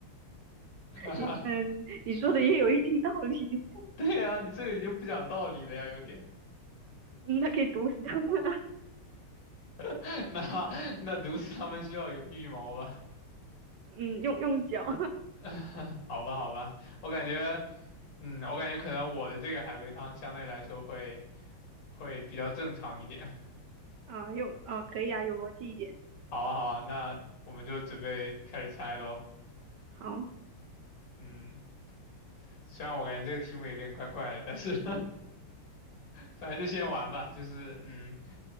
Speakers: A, on the left (about 85°); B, on the right (about 70°).
A: <laughs>
B: 你嗯，你说的也有一定道理。
A: 对呀，你这个你就不讲道理了呀，有点。
B: 嗯，他可以毒死他们啊。
A: <laughs> 那那毒死他们需要有预谋吧？
B: 嗯，用用脚
A: <laughs> 好吧，好吧，我感觉，嗯，我感觉可能我的这个海龟汤相对来说会会比较正常一点。
B: <laughs> 啊，用啊，可以啊，有逻辑一点。
A: <laughs> 好啊，好啊，那我们就准备开始猜喽。
B: 好
A: 嗯，虽然我感觉这个题目有点怪怪的，但是 <laughs> 反正就先玩吧，就是嗯，